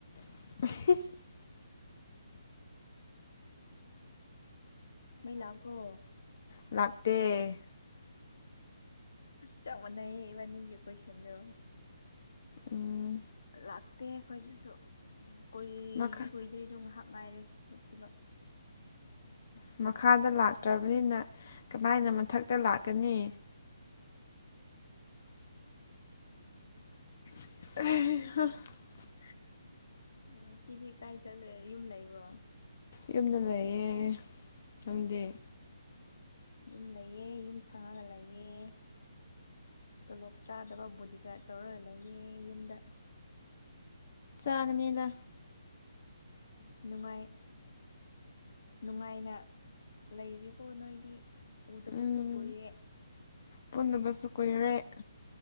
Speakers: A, on the left; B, on the left.
A: <inaudible>
B: ꯃꯩ ꯂꯥꯛꯄ꯭ꯔꯣ
A: ꯂꯥꯛꯦ
B: ꯆꯃꯅꯥꯥꯏꯌꯦ ꯏꯕꯥꯅꯤ ꯀ ꯀꯣꯏꯁꯅꯣ
A: ꯎꯝ
B: ꯂꯥꯛꯇꯦ ꯑꯩꯈꯣꯏꯗꯁꯨ ꯎ ꯀꯨꯏꯗꯤ
A: ꯃꯈꯥ
B: ꯀꯨꯏꯗ꯭ꯔꯦꯗꯣ ꯉꯥꯏꯍꯥꯛ ꯅꯨꯡ ꯉꯥꯏꯔꯦ ꯎꯠꯈꯤꯕ
A: ꯎ ꯃꯈꯥꯗ ꯂꯥꯛꯇ꯭ꯔꯕꯅꯤꯅ ꯀꯃꯥꯏꯅ ꯃꯊꯛꯇ ꯂꯥꯛꯀꯅꯤ <inaudible>
B: ꯎ ꯆꯤꯗꯤꯤ ꯀꯥꯏ ꯆꯠꯂꯦ ꯌꯨꯝ ꯂꯩꯕ꯭ꯔꯣ
A: ꯌꯨꯝꯗ ꯂꯩꯌꯦ ꯅꯪꯗꯤ
B: ꯌꯨꯝ ꯂꯩꯑ ꯌꯨꯝ ꯁꯪꯉꯒ ꯂꯩꯑꯦ ꯇꯣꯂꯣꯞ ꯆꯥꯗꯕ ꯕꯣꯗꯤꯒꯥꯔꯗ ꯇꯧꯔꯒ ꯂꯩꯌꯦꯦ ꯌꯨꯝꯗ
A: ꯆꯥꯅꯤꯗ
B: ꯅꯅꯨꯡꯉꯥꯏ ꯅꯨꯡꯉꯥꯏꯅ ꯂꯩꯔꯤꯀꯣ ꯅꯣꯏꯗꯤ ꯎꯗꯕꯁꯨ
A: ꯎꯝ
B: ꯑꯣꯏꯦ
A: ꯄꯨꯟꯗꯕꯁꯨ ꯀꯨꯏꯔꯦ